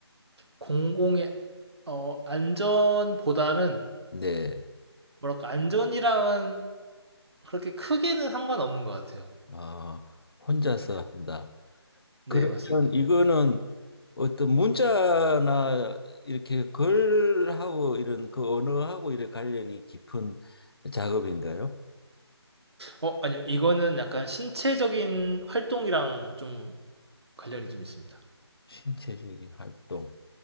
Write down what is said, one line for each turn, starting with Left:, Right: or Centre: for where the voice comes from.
Right: 공공의 어, 안전보다는
Left: 네.
Right: 뭐랄까 안전이랑은 그렇게 크게는 상관없는 것 같아요.
Left: 아, 혼자서
Right: 네,
Left: 한다.
Right: 네
Left: 그러면
Right: 맞습니다.
Left: 이거는 어떤 문자나 이렇게 글하고 이런 그 언어하고 이런 관련이 깊은 작업인가요?
Right: 어, 아니요, 이거는 약간 신체적인 활동이랑 좀 관련이 좀 있습니다.
Left: 신체적인 활동.